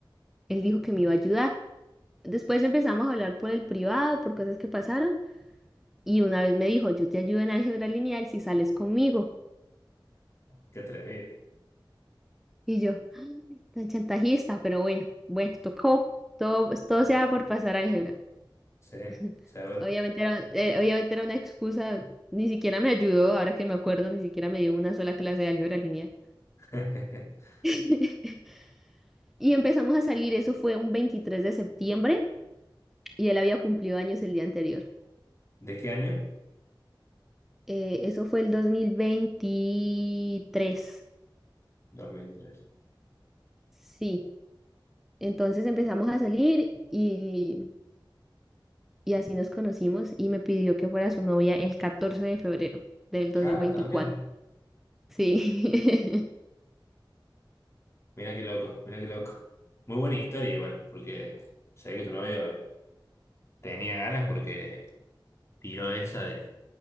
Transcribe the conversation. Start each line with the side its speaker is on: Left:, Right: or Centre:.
Centre: él dijo que me iba a ayudar. Después empezamos a hablar por el privado, por cosas que pasaron. Y una vez me dijo, yo te ayudo en álgebra lineal si sales conmigo.
Left: Qué atrevido.
Centre: Y yo, "Ay, tan chantajista, pero bueno, bueno, tocó. Todo, pues, todo se sea por pasar álgebra.
Left: Sí,
Centre: <laughs>
Left: seguro.
Centre: Obviamente era, eh, obviamente era una excusa, ni siquiera me ayudó, ahora que me acuerdo, ni siquiera me dio una sola clase de álgebra lineal.
Left: <laughs>
Centre: <laughs> Y empezamos a salir, eso fue un 23 de septiembre y él había cumplido años el día anterior.
Left: ¿De qué año?
Centre: Eh, eso fue el dos mil veintitrés
Left: 2003.
Centre: Sí, entonces empezamos a salir y y así nos conocimos y me pidió que fuera su novia el 14 de febrero del dos
Left: Ah,
Centre: mil veinticuatro
Left: también.
Centre: Sí,
Left: Mira qué loco, mira qué loco. Muy buena historia igual, porque sé que tu novio tenía ganas porque tiró esa de